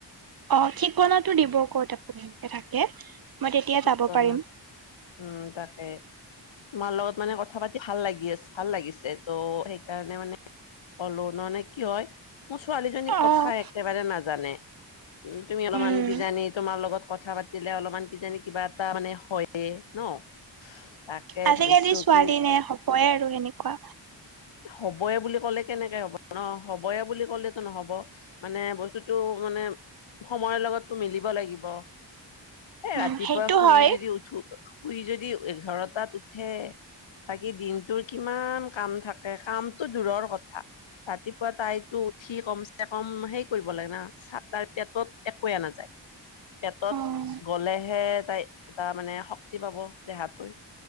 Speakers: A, on the right (about 55°); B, on the left (about 80°).
A: অ' ঠিকনাটো দিব ক'ত আপুনি থাকে। মই তেতিয়া
B: ঠিকনা,
A: যাব পাৰিম
B: উম তাকে। তোমাৰ লগত মানে কথা পাতি ভাল লাগি আছে, ভাল লাগিছে। ত' সেইকাৰণে মানে- কলো নহয়, মানে কি হয়? মোৰ ছোৱালীজনী
A: অ',
B: কথা একেবাৰে নাজানে। উম। তুমি অলপমান
A: উম,
B: কিজানি তোমাৰ লগত কথা পাতি- দিলে অলপমান কিজানি কিবা এটা মানে হয়ে, ন? তাকে
A: আজিকালি
B: ভাবিছো
A: ছোৱালী
B: কি
A: নে হবই আৰু হেনেকুৱা।
B: হবই বুলি ক'লে কেনেকে হ'ব ন? হ'বই বুলি ক'লেতো নহ'ব। মানে বস্তুটো মানে- সময়ৰ লগতটো মিলিব লাগিব। এই
A: উম,
B: ৰাতিপুৱা
A: সেইটো
B: শুই
A: হয়
B: যদি উঠো- শুই যদি এঘাৰটাত উঠে। বাকী দিনটোৰ কিমান কাম থাকে- এ কামতটো দূৰৰ কথা, ৰাতিপুৱা তাইতো উঠি কম চে কম সেই কৰিব লাগে না। চাহ তাহ পেটত একোৱে নাযায়। পেটত
A: উম,
B: গ'লেহে তাই তাৰ মানে শক্তি পাব দেহটোৱে।